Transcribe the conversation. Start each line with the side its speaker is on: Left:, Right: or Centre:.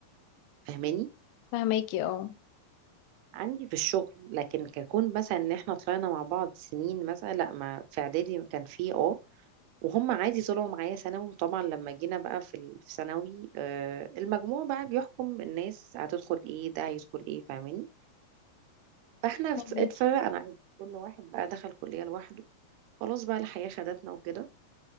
Right: فاهماني
Left: فهماكي اه
Right: عندي في الشغل لكن ككون مثلا ان احنا طلعنا مع بعض سنين مثلا لا ما في اعدادي كان في اه وهم عادي طلعوا معايا ثانوي وطبعا لما جينا بقى في ال- في ثانوي آه، المجموع بقى بيحكم الناس هتدخل ايه ده هيدخل ايه فاهماني فاحنا
Left: فهماكي.
Right: ف- اتفرقنا عادي كل واحد بقى دخل كلية لوحده خلاص بقى الحياة خدتنا وكده